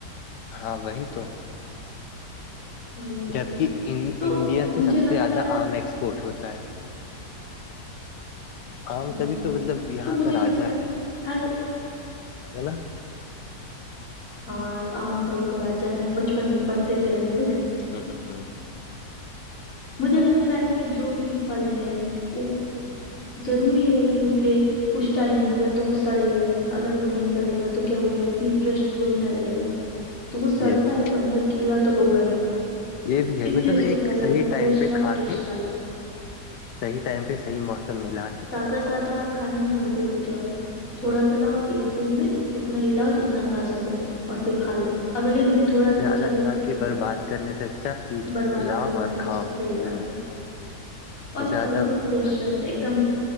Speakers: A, on the left; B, on the left.
A: ہاں وہی تو
B: وہی بات
A: جبک
B: ہے تو
A: انڈیا سے
B: مجھے
A: سب
B: لگتا
A: سے زیادہ
B: ہے
A: آم ایکسپورٹ ہوتا ہے عام
B: ہ
A: تبھی تو مطلب یہاں
B: تو مجھے
A: کا راجا
B: لگتا
A: ہے
B: <unintelligible>
A: ہے نا <unintelligible>
B: ہاں آام فلوں کا راجا ہے بچپن میں پڑھتے تھے ہم لوگ
A: ہوں ہ ہوں
B: مجھے لگتا ہے کہ جو بھی پل ہے وہ ضروری ہے کیونکہ کچھ ٹائم ہوگا تو وہ سڑے گا ہی اگر وہ نہیں سڑے گا تو کیا وہ ویسی فش تھوڑی نہ رہے گا تو وہ سڑتا
A: یہ بھی
B: ہے تو اندر کیڑا تو ہوگا ہی
A: یہ بھی ہے
B: اس
A: مطلب
B: لیے اس کو
A: ایک
B: کہا جاتا
A: صحیح ٹائم
B: فریش
A: پہ
B: لاؤ
A: کھا
B: فریش
A: کے
B: لو
A: صحی ٹائم پہ صحیح موسم ملا کے
B: تازہ
A: کھاؤ
B: تازہ کھانے میں مزہ ہی کچھ اور رہا ہے تھوڑا
A: ہوں
B: سا لاؤ ایک دن میں اتنا ہلاؤ جتنا کھا سکو اور پھر کھا لو اگلے دن تھوڑا
A: زیادہ
B: دن چلے
A: لا
B: تو
A: کے
B: ٹھیک
A: برباد
B: ہے
A: کرنے سے اچھا کہ
B: برباد
A: لاؤ
B: کرنے
A: اور
B: سے اچھا
A: کھاؤ
B: صحیح بات
A: ہوں
B: ہے اور
A: زیادہ
B: پلچو
A: وقت
B: پریشت
A: نہ لو
B: ایک دم